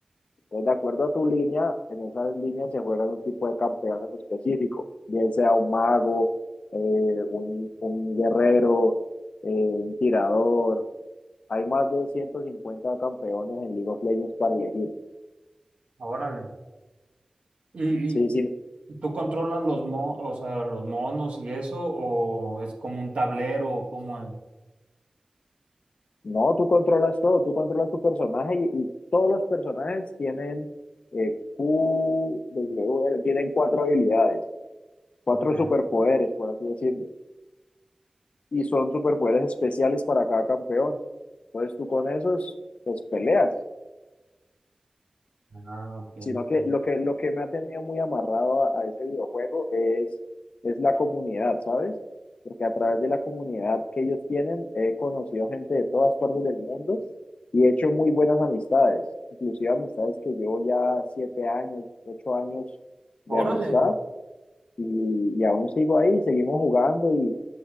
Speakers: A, on the left; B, on the right.
A: Entonces, de acuerdo a tu línea, en esas líneas se juegan un tipo de campeón en específico, bien sea un mago, eh, un, un guerrero, eh, un tirador. Hay más de 150 campeones en League of Legends para elegir.
B: Órale. ¿Y,
A: Sí,
B: y
A: sí.
B: tú controlas los mo- o sea, los monos y eso? ¿O es como un tablero? ¿O ¿Cómo es?
A: No, tú controlas todo, tú controlas tu personaje y, y todos los personajes tienen eh, Q, W, tienen cuatro habilidades, cuatro
B: Ok.
A: superpoderes, por así decirlo. y son superpoderes especiales para cada campeón. Entonces tú con esos, pues peleas.
B: Ah, ok,
A: Sino que
B: ok.
A: lo que, lo que me ha tenido muy amarrado a, a ese videojuego es, es la comunidad, ¿sabes? Porque a través de la comunidad que ellos tienen, he conocido gente de todas partes del mundo y he hecho muy buenas amistades, inclusive amistades que llevo ya siete años, ocho años de
B: Órale.
A: amistad y, y aún sigo ahí, seguimos jugando y